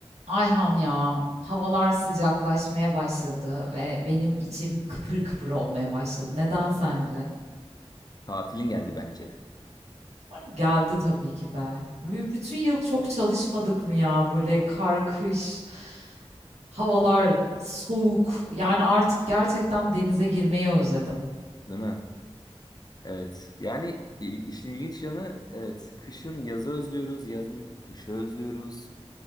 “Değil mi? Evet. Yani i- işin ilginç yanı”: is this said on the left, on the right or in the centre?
Left